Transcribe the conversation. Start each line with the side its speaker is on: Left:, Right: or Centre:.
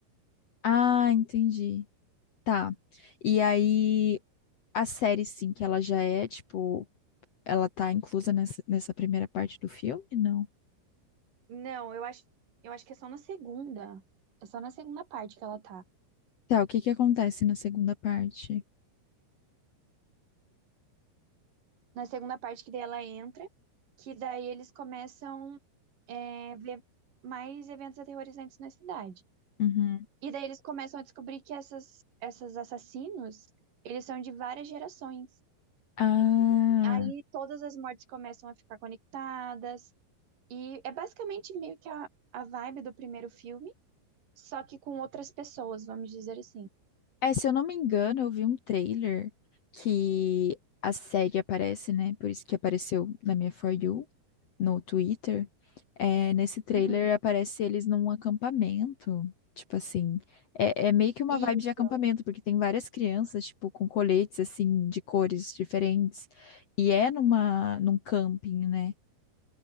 Left: Ah, entendi. Tá. E aí a série, sim, que ela já é, tipo, ela tá inclusa nessa, nessa primeira parte do filme? Não.
Right: Não, eu acho, eu acho que é só na segunda. É só na segunda parte que ela tá.
Left: Tá, o que que acontece na segunda parte?
Right: Na segunda parte que daí ela entra, que daí eles começam é, ver mais eventos aterrorizantes na cidade.
Left: Uhum.
Right: E daí eles começam a descobrir que essas, essas assassinos, eles são de várias gerações.
Left: Ah.
Right: Aí todas as mortes começam a ficar conectadas. E é basicamente meio que a, a vibe do primeiro filme só que com outras pessoas, vamos dizer assim.
Left: É, se eu não me engano, eu vi um trailer que a série aparece, né? Por isso que apareceu na minha For You, no Twitter. É, nesse trailer
Right: Uhum.
Left: aparece eles num acampamento. Tipo assim, é, é meio que uma
Right: Isso.
Left: vibe de acampamento, porque tem várias crianças, tipo, com coletes, assim, de cores diferentes. E é numa, num camping, né?